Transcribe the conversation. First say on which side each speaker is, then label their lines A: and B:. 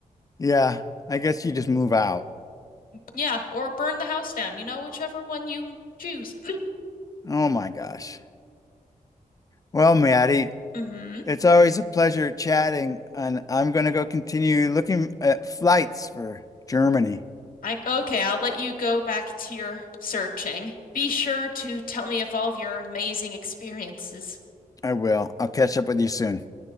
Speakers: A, on the left; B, on the left.
A: Yeah, I guess you just move out.
B: Yeah, or burn the house down, you know, whichever one you choose.
A: Oh my gosh. Well, Maddie,
B: Mm-hmm.
A: it's always a pleasure chatting, and I'm going to go continue looking at flights for Germany.
B: I okay, I'll let you go back to your searching. Be sure to tell me of all of your amazing experiences.
A: I will. I'll catch up with you soon.